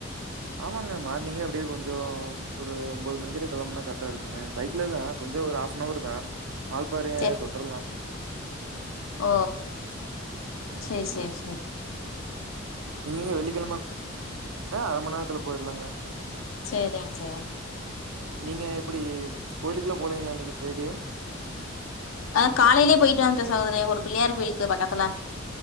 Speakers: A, on the right; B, on the left.
A: ஆமாங்க மார்னிங்கே அப்டே கொஞ்சோ ஒரு ஒம்போது மணிகிட்ட கெளம்னா கர்ட்டா இருக்குங்க பைக்லதா கொஞ்சோ ஒரு ஹாஃப்னவர்தா வால்ப்பாறைய
B: சேர்
A: தொட்ரலா
B: ஓ
A: ஓகேங்க.
B: சே சே சே
A: நீங்க இங்க வெள்ளிக்கெழம ஆ அர மண்நேரத்துல போயிட்லாங்க
B: சேரிங் சார்
A: நீங்க எப்டி கோயிலுக்குலா போலைங்ளா இன்னைக்கி ஃபிரைடே
B: அ காலையிலே போயிட்டு வந்துட்ட சகோதரே ஒரு பிள்ளையார் கோயிலுக்கு பக்கத்துல